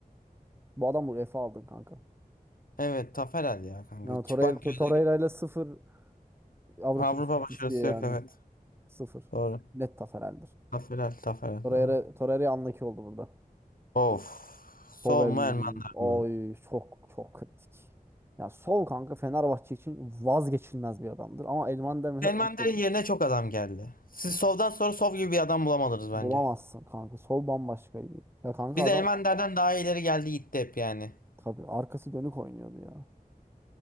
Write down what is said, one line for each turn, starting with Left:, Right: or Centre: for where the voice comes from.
Right: Bu adam UEFA aldın kanka.
Left: Evet Taferel ya kanka.
Right: Yani Torreira,
Left: Çıplak gözle
Right: Torreira ile sıfır Avrupa
Left: Avrupa
Right: istatistiği
Left: başarısı
Right: yani.
Left: yok evet.
Right: Sıfır.
Left: Doğru.
Right: Net Taffarel'dir.
Left: Taferel Taferel
Right: Torreira,
Left: doğru.
Right: Torreira anlaki oldu burada.
Left: Of.
Right: Sobel,
Left: Sov mu Elmander
Right: oy
Left: mi?
Right: çok çok kritik. Ya Sol kanka Fenerbahçe için vazgeçilmez bir adamdır. Ama Elmander mesela
Left: Elmander'in
Right: öyle bir-
Left: yerine çok adam geldi. Siz Sov'dan sonra Sov gibi bir adam bulamadınız bence.
Right: bulamazsın kanka. Sol bambaşkaydı. Ya kanka
Left: Biz
Right: adam
Left: Elmander'den daha ileri geldi gitti hep yani.
Right: tabii arkası dönük oynuyordu ya.